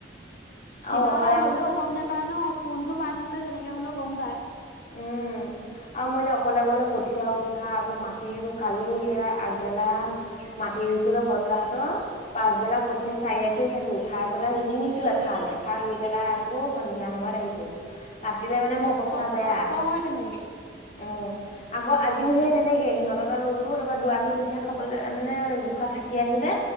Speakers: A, on the left; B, on the left.
A: কি
B: আৰু
A: বাএটা
B: অকলে
A: হলেও গম নাপা পাই ন ফোন টো পাই থাকিলে যেনেকে হলেও গম পাই
B: উম আৰু মইনে অকলে অকলে উঠিও উঠোৱা আকৌ মাটি ৰু কালিও সেয়া আগবেলা মাটি ৰুইছোঁগৈ বতাহঁতৰ পাছবেলা কঠীয়া চাৰিআঁকি উঠাইছো উঠাই পেলাই ৰুইছো ফাল এফাল ৰুই পেলাই আকৌ সন্ধিয়া সময়ত আহিছো কাটিলে মানে
A: কষ্ট
B: মোৰ অৱস্থা বেয়া
A: কষ্ট হয় তেনেকে
B: অ। আ আকৌ আজিও সেই তেনেকে, সিহতৰ তাত ৰুলো তাৰপৰা দৰাশি কঠীয়া খাবলৈ মানে জোখা থাকি আহিলে